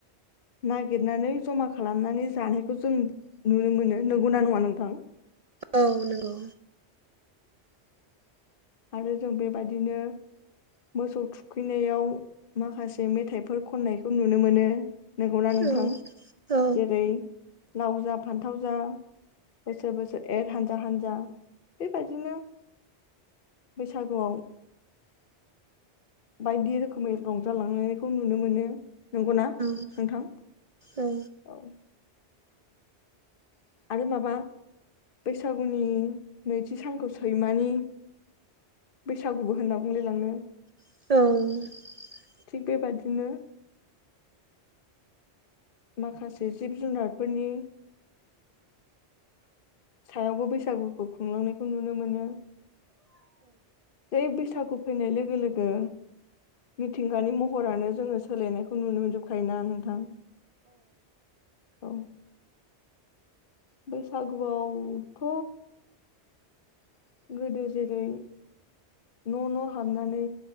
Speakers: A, on the left; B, on the right.
A: नागिरनानै जमा खालामनानै जानायखौ जों नुनो मोनो नंगौना नङा नोंथां?
B: औ नंगौ।
A: आरो जों बेबादिनो मोसौ थुखैनायाव माखासे मेथाइफोर खननायखौ नुनो मोनो। नंगौना नोंथां
B: औ औ
A: जेरै लाव जा फान्थाव जा बोसोर बोसोर एर हानजा हानजा बेबायदिनो बैसागुआव बायदि रोखोमै रंजालांनायखौ नुनो मोनो नंगौना।
B: ओं
A: नोंथां
B: औ
A: औ। आरो माबा बैसागुनि नैथि सानखौ सैमानि बैसागुबो होनना बुंलायलाङो
B: औ
A: थिग बेबादिनो माखासे जिब जुनारफोरनि सायावबो बैसागुखौ खुंलांनायखौ नुनो मोनो जै बैसागु फैनाय लोगो लोगो मिथिंगानि महरानो जोङो सोलायनायखौ नुनो मोनजोबखायोना नोंथां औ बैसागुआवथ' गोदो जेरै न' न' हाबनानै